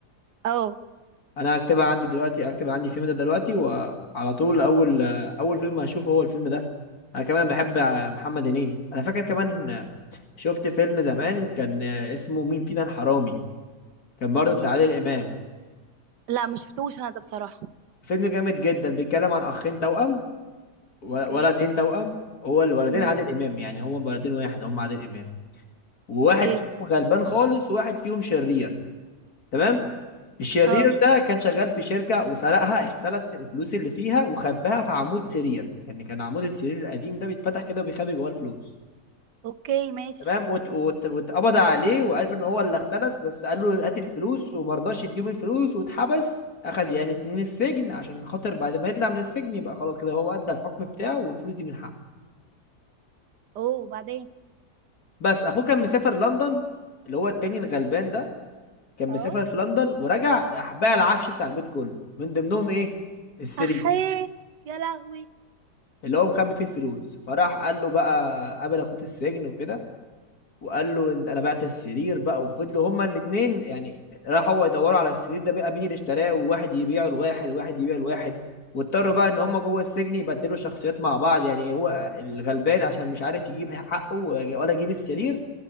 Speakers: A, on the right; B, on the left.
A: اه
B: انا هكتبها عندي دلوقتي هكتب عندي الفيلم ده دلوقتي وعلى طول اول اول فيلم هشوفه هو الفيلم ده انا كمان بحب محمد هنيدي انا فاكر كمان شفت فيلم زمان كان آه، اسمه مين فينا الحرامي كان برضه
A: مين
B: بتاع عادل
A: فيلم
B: امام
A: لا ما شفتوش انا ده بصراحة
B: فيلم جامد جدا بيتكلم عن اخين توأم و-
A: اوكي
B: ولدين توأم هو الولدين
A: امم
B: عادل امام يعني هما ولدين واحد هما عادل امام وواحد
A: اوكي
B: فيهم غلبان خالص وواحد فيهم شرير تمام الشرير
A: اه
B: ده كان شغال في شركة وسرقها اختلس الفلوس اللي فيها وخباها في عمود سرير يعني كان عمود السرير القديم ده بيتفتح كده وبيخبي جواه الفلوس
A: اوكي ماشي
B: تمام وات- وات- واتقبض عليه وعرف ان هو اللي اختلس بس قال له هات الفلوس وما رضاش يديهم الفلوس واتحبس اخد يعني سنين السجن عشان خاطر بعد ما يطلع من السجن يبقى خلاص كده هو ادى الحكم بتاعه والفلوس دي من حقه
A: اوه وبعدين
B: بس اخوه كان مسافر لندن اللي هو التاني الغلبان ده كان
A: اه
B: مسافر في لندن ورجع راح باع العفش بتاع البيت كله من ضمنهم ايه السرير
A: احيه يا لهوي
B: اللي هو مخبي فيه الفلوس فراح قال له بقى قابل اخوه في السجن وكده وقال له انت انا بعت السرير بقى وفضلوا هما الاثنين يعني راح هو يدوروا على السرير ده بقى مين اللي اشتراه وواحد يبيعه لواحد وواحد يبيعه لواحد واضطروا بقى ان هما جوه السجن يبدلوا شخصيات مع بعض يعني هو الغلبان عشان مش عارف يجيب حقه ولا يجيب السرير